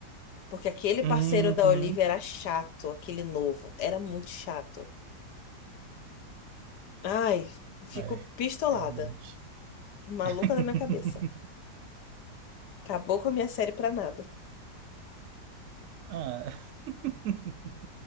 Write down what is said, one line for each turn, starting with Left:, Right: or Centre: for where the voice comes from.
Left: Porque aquele parceiro
Right: Uhum.
Left: da Olivia era chato, aquele novo. Era muito chato. Ai, fico
Right: É,
Left: pistolada.
Right: realmente.
Left: Maluca
Right: <laughs>
Left: da minha cabeça. Acabou com a minha série pra nada.
Right: Ah, <laughs>